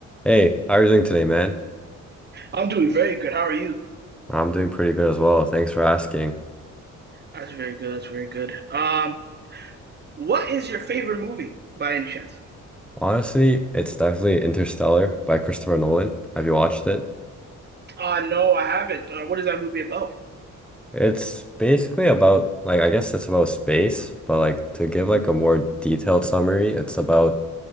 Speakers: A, in the centre; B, on the right.
A: Hey, how are you doing today, man?
B: I'm doing very good. How are you?
A: I'm doing pretty good as well. Thanks for asking.
B: That's very good. That's very good. Um, what is your favorite movie by any chance?
A: Honestly, it's definitely Interstellar by Christopher Nolan. Have you watched it?
B: Uh no, I haven't. Uh, what is that movie about?
A: It's basically about, like, I guess it's about space, but like to give like
B: Mm,
A: a more detailed summary, it's about